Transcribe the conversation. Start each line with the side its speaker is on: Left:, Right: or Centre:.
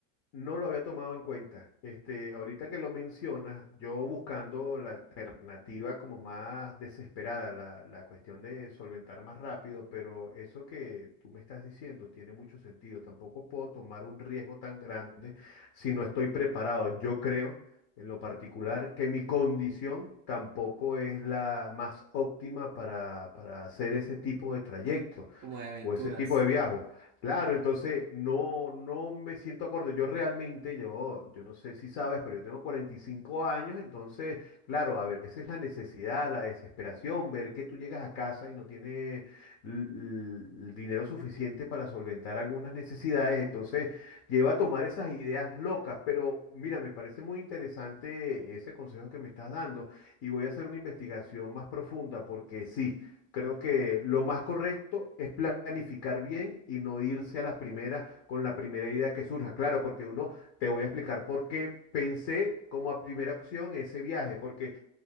Left: no lo había tomado en cuenta. Este, ahorita que lo mencionas, yo buscando la alternativa como más desesperada, la, la cuestión de solventar más rápido, pero eso que tú me estás diciendo tiene mucho sentido. Tampoco puedo tomar un riesgo tan grande si no estoy preparado. Yo creo, en lo particular, que mi condición tampoco es la más óptima para, para hacer ese tipo de trayectos
Right: como de aventuras.
Left: o ese tipo de viajes. Claro, entonces no, no me siento acorde. Yo realmente, yo, yo no sé si sabes, pero yo tengo 45 años, entonces, claro, a veces la necesidad, la desesperación, ver que tú llegas a casa y no tienes l- l- el dinero suficiente para solventar algunas necesidades, entonces lleva a tomar esas ideas locas. Pero mira, me parece muy interesante ese consejo que me estás dando y voy a hacer una investigación más profunda porque sí. Creo que lo más correcto es planificar bien y no irse a las primeras con la primera idea que surja. Claro, porque uno, te voy a explicar por qué pensé como a primera opción ese viaje, porque